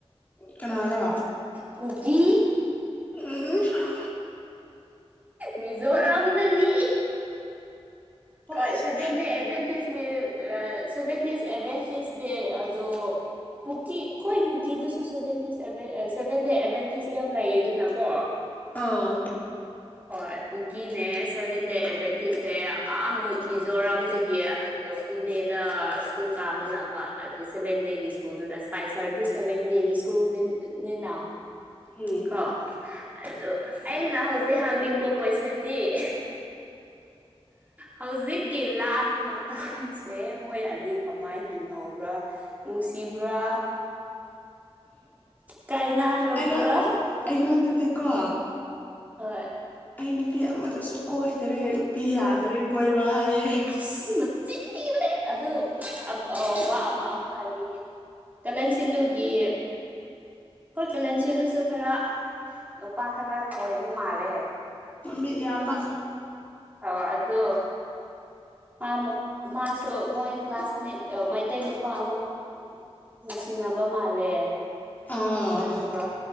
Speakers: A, on the left (about 15°); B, on the right (about 15°).
A: ꯀꯅꯥꯔꯥ
B: ꯀꯨꯀꯤ
A: ꯎꯝ
B: ꯃꯤꯖꯣꯔꯥꯝꯗꯒꯤ ꯍꯣꯏ
A: ꯑꯁ
B: ꯁꯚꯦꯟꯗ ꯑꯦꯚꯦꯟ <unintelligible> ꯁꯚꯦꯟꯇꯤꯁ ꯑꯦꯚꯦꯟꯇꯤꯁ ꯗꯦ ꯑꯗꯣ ꯀꯨꯀꯤ ꯈꯣꯏ ꯀꯨꯀꯤꯗꯨꯁꯨ ꯁꯚꯦꯟ ꯗꯤꯁ ꯑꯦꯕ꯭ꯔꯦ ꯑꯦ ꯁꯚꯦꯟꯗꯦ ꯑꯦꯃꯦꯟꯇꯤꯁ ꯌꯥꯝ ꯂꯩꯑꯦ ꯑꯗꯨꯅꯀꯣ
A: ꯑꯥ
B: ꯍꯣꯏ ꯀꯨꯀꯤꯅꯦ ꯁꯚꯦꯟꯗꯦ ꯑꯦꯚꯦꯟꯇꯤꯁꯦ ꯑꯥ ꯃꯣꯏ ꯃꯤꯖꯣꯔꯥꯝꯗꯒꯤ ꯑꯗ ꯗꯣ ꯄꯨꯅꯦꯗ ꯁ꯭ꯀꯨꯜ ꯀꯥꯕ ꯂꯥꯛꯄ ꯑꯗꯨ ꯁꯚꯦꯟ ꯗꯦꯒꯤ ꯁ꯭ꯀꯨꯜꯗꯨꯗ ꯏꯁꯄꯥꯏꯁꯔꯗꯨ ꯁꯚꯦꯟ ꯗꯦꯒꯤ ꯀꯨꯜꯗꯤꯟꯅꯤꯅ
A: ꯍꯣꯏ
B: ꯀ ꯑꯗꯨ ꯑꯩꯅ ꯍꯧꯖꯤꯛ ꯍꯥꯡꯅꯤꯡꯕ ꯀꯣꯏꯁꯟꯗꯤ ꯍꯧꯖꯤꯛꯀꯤ ꯂꯥꯟ ꯃꯇꯝꯁꯦ ꯃꯣꯏ ꯑꯅꯤ ꯀꯃꯥꯏ ꯍꯤꯡꯍꯧꯕ꯭ꯔꯥ ꯅꯨꯡꯁꯤꯕ꯭ꯔꯥ ꯀꯥꯏꯅꯔꯕ꯭ꯔꯥ
A: ꯑꯩꯉꯣꯟ ꯑꯩꯉꯣꯟꯗꯗꯤꯀꯣ
B: ꯍꯣꯏ
A: ꯑꯩ ꯅꯨꯄꯤ ꯑꯃꯇꯁꯨ ꯀꯣꯏꯗꯔꯦ ꯅꯨꯄꯤ ꯌꯥꯗꯔꯦ ꯀꯣꯏꯕ ꯍꯥꯏꯌꯦ
B: ꯏꯁ ꯃꯆꯤꯟ ꯊꯤꯕꯅꯦ ꯑꯗꯨ ꯑꯝ ꯑ ꯋꯥ ꯑꯃ ꯑꯃꯨꯛ ꯍꯥꯏꯕꯤꯒꯦ ꯇꯂꯦꯟ ꯁꯤꯜꯂꯨꯒꯤ ꯑꯩꯈꯣꯏ ꯀꯂꯦꯟꯁꯤꯂꯨꯁꯨ ꯈꯔ ꯅꯨꯄꯥ ꯈꯔ ꯀꯣꯏꯕ ꯃꯥꯜꯂꯦ
A: ꯃꯤꯠ ꯌꯥꯝꯕ
B: ꯑꯥꯎ ꯑꯗꯨ ꯃꯥꯃ ꯃꯥꯁꯨ ꯃꯣꯏ ꯀ꯭ꯂꯥꯁꯃꯦꯠ ꯑ ꯃꯩꯇꯩ ꯅꯨꯄꯥ ꯑꯃ ꯅꯨꯡꯁꯤꯅꯕ ꯃꯥꯜꯂꯦ
A: ꯑꯥ
B: ꯑꯗꯨꯒ
A: ꯑꯥ